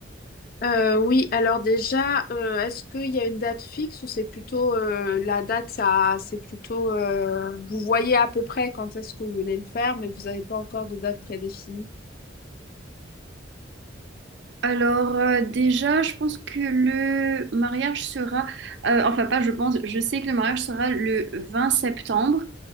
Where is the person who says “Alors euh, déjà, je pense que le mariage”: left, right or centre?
Right